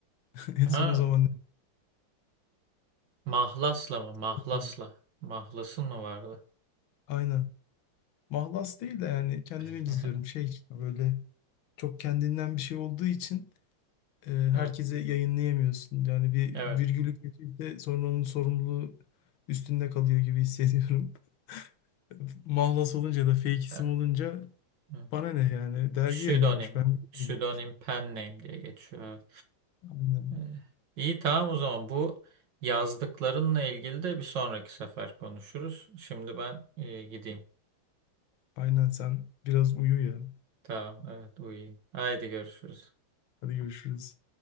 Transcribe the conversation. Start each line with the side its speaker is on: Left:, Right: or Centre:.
Left: <laughs> En
Right: Ha,
Left: son o zaman
Right: mahlasla mı? Mahlasla.
Left: denedim.
Right: Mahlasın mı vardı?
Left: Aynen. Mahlas değil de yani kendime
Right: <laughs>
Left: gizliyorum. Şey işte böyle çok kendinden bir şey olduğu için e, herkese
Right: Evet,
Left: yayınlayamıyorsun. Yani bir
Right: evet.
Left: virgülü kötüyse sonra onun sorumluluğu üstünde kalıyor gibi hissediyorum. <laughs> Mahlas olunca da fake isim
Right: evet.
Left: olunca
Right: evet.
Left: bana ne yani dergi
Right: Pseudonym.
Left: yayınlamış ben bilmiyorum.
Right: Pseudonym pen name diye geçiyor. Evet.
Left: Aynen.
Right: Ee, İyi tamam o zaman bu yazdıklarınla ilgili de bir sonraki sefer konuşuruz. Şimdi ben e, gideyim.
Left: Aynen sen biraz uyu ya.
Right: Tamam evet uyuyayım. Haydi görüşürüz.
Left: Hadi görüşürüz.